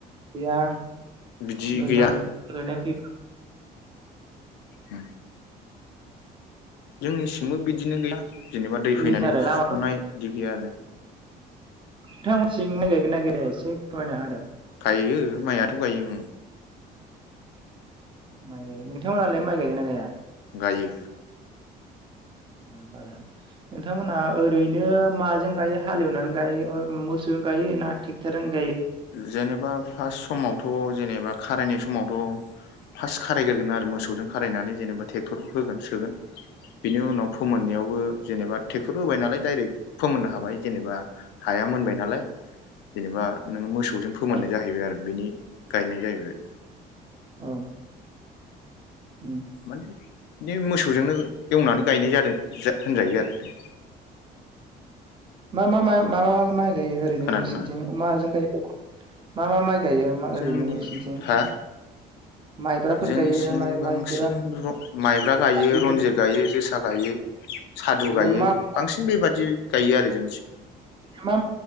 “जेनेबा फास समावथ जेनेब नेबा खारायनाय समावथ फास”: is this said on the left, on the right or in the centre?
Left